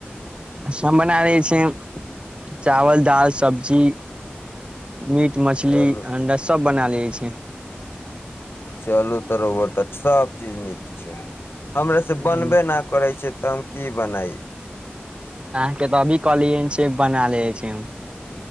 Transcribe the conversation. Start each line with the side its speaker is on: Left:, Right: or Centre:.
Right: सब बना दै छै चावल दालि सब्जी मीट मछली
Left: चलू
Right: अंडा सभ बना लेैत छै
Left: चलू तोरोबर तऽ सभ चीज नीक छै हमर से
Right: अहाँके
Left: बनबे नहि करै छै त की बनय
Right: अहाँके तऽ अभी कहलियै से बना ले छी